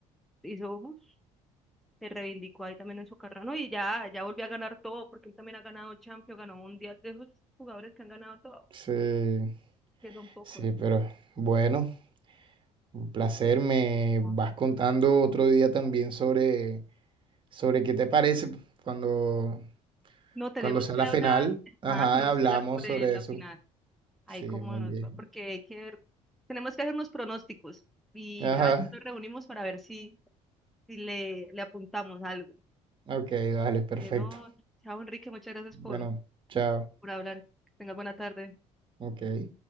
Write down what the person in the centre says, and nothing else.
hizo. Uf, se reivindicó ahí también en su carrera, ¿no? Y ya, ya volvió a ganar todo, porque él también ha ganado Champions, ganó Mundial, de esos jugadores que han ganado todo,
que son pocos.
No,
No, tenemos
que
hablar,
ajá, tenemos
que hablar sobre
la
final, ahí
como
nos
va, porque hay que ver- tenemos que hacer unos pronósticos y
ya después nos reunimos para ver si, si le, le apuntamos algo.
Pero, chao Enrique, muchas gracias
por,
por hablar. Que tengas buena tarde.